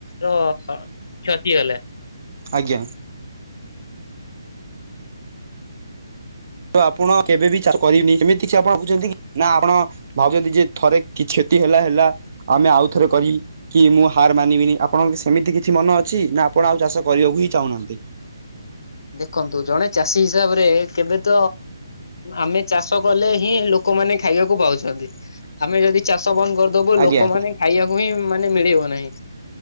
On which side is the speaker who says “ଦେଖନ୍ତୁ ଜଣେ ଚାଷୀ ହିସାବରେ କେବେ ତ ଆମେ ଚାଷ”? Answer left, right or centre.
Left